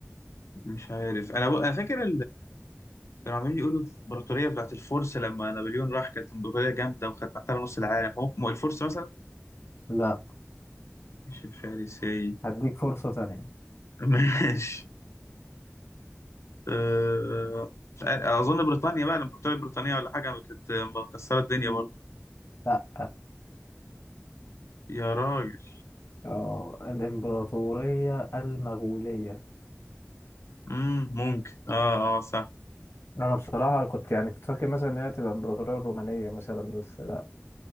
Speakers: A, on the left (about 80°); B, on the left (about 65°).
A: مش عارف أنا أنا فاكر كانوا عمالين يقولوا الامبراطوريه بتاعت الفرس لما نابليون راح كانت امبراطوريه جامده وكانت محتله نص العالم هو هو الفرس مثلا
B: لا
A: مش الفارسي
B: هديك فرصة تانية
A: <laughs> ماشي أه... مش عارف. اظن بريطانيا بقى الامبراطوريه البريطانيه ولا حاجه كانت مكسره الدنيا
B: مم.
A: برضه
B: لا
A: يا راجل
B: اه الإمبراطورية المغولية
A: امم ممكن اه اه صح
B: أنا بصراحة كنت يعني كنت فاكر مثلا إن هي تبقى الإمبراطورية الرومانية مثلا بس لا